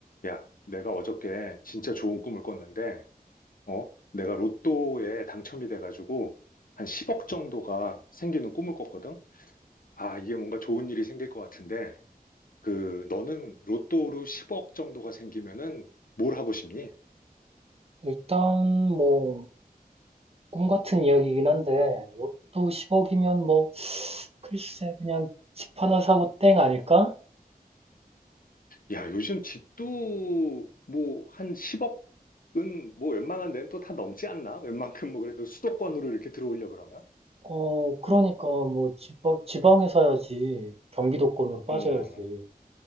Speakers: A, on the left (about 65°); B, on the right (about 40°).
A: 야, 내가 어저께 진짜 좋은 꿈을 꿨는데, 어? 내가 로또에 당첨이 돼가지고 한 10억 정도가 생기는 꿈을 꿨거든? 아, 이게 뭔가 좋은 일이 생길 것 같은데, 그, 너는 로또로 10억 정도가 생기면은 뭘 하고 싶니?
B: 일단 뭐 꿈 같은 이야기이긴 한데 로또 10억이면 뭐 글쎄 그냥 집 하나 사고 땡 아닐까?
A: 야, 요즘 집도 뭐 한 10억은 뭐 웬만한 데는 또 다 넘지 않나? 웬만큼 뭐 그래도 수도권으로 이렇게 들어오려 그러면?
B: 어 그러니까 뭐 지방, 지방에 사야지 경기도권으로 빠져야지
A: 어,